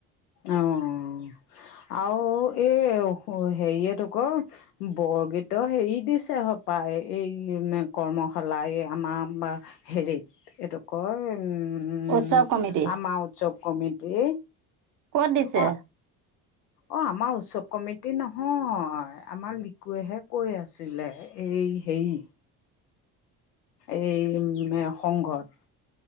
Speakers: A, on the left; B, on the right.
A: অ' অ আৰু এই হেৰিযয়েটো ক। বৰগীত হেৰি দিছে সপায় এই নে কৰ্মশালাই আমাৰ। হেৰিত এইটো কয় উমম
B: উৎসৱ কমিটি
A: আমাৰ উৎযৱ কমিটি।
B: ক'ত দিছে।
A: অ', অ' আমাৰ উৎসৱ কমিটি নহয় আমাৰ লিকুৱেহে কৈ আছিলে। এই হেই। এই মে সংঘত